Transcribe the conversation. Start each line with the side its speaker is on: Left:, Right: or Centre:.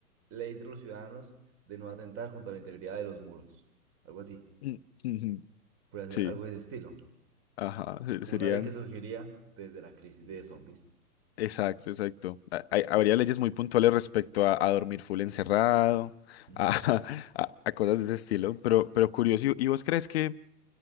Right: ley entre los ciudadanos de no atentar contra la integridad de los muros, algo así,
Left: Mm, ujú,
Right: puede ser
Left: sí,
Right: algo de ese estilo,
Left: ajá, se-
Right: como
Left: serían,
Right: una ley que surgiría desde la crisis de zombies.
Left: exacto, exacto. Ha- hay- habría leyes muy puntuales respecto a, a dormir full encerrado,
Right: Ujú.
Left: a, <laughs> a- a cosas de ese estilo, pero, pero curioso. ¿Y y vos crees que...